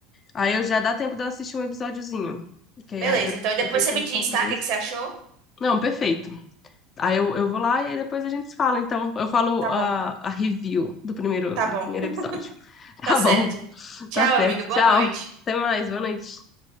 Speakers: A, on the left; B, on the right.
A: Aí eu já dá tempo de eu assistir um episódiozinho. Que aí,
B: Beleza,
A: eh, de-
B: então e depois
A: depois
B: você
A: tem
B: me
A: os
B: diz,
A: compromissos.
B: tá? O que que você achou?
A: Não, perfeito. Aí eu, eu vou lá e aí depois a gente se fala. Então, eu falo
B: Tá bom,
A: a, a review do primeiro,
B: tá
A: do
B: bom.
A: primeiro
B: <laughs>
A: episódio. <laughs> Tá
B: Tá certo.
A: bom,
B: Tchau,
A: tá certo.
B: amiga. Boa
A: Tchau.
B: noite.
A: Até mais, boa noite.